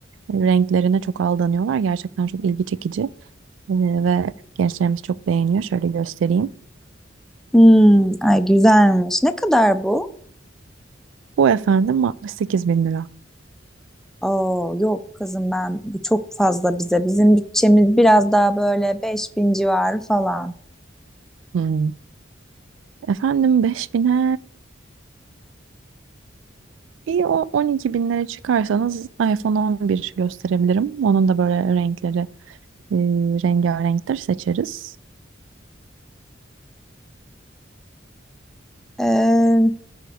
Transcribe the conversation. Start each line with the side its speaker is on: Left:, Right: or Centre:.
Right: e, renklerine çok aldanıyorlar. Gerçekten çok ilgi çekici E, ve gençlerimiz çok beğeniyor. Şöyle göstereyim.
Centre: Hmm, ay güzelmiş. Ne kadar bu?
Right: Bu efendim 68 bin lira.
Centre: Oo, yok kızım ben bu çok fazla bize. Bizim bütçemiz biraz daha böyle 5000 civarı falan.
Right: Hmm. Efendim 5 bine bir o- 12 binlere çıkarsanız iPhone 11 gösterebilirim. Onun da böyle renkleri e, rengarenktir seçeriz.
Centre: Ee,